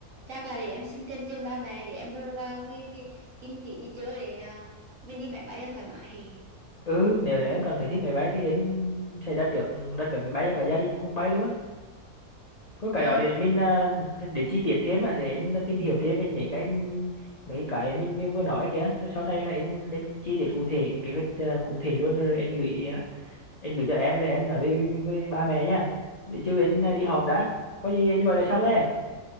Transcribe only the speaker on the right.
chắc là để em xin thêm tiền ba mẹ để em bù vào cái, cái kinh phí đi chơi để ờ, mình đi máy bay cho thoải mái
ừ,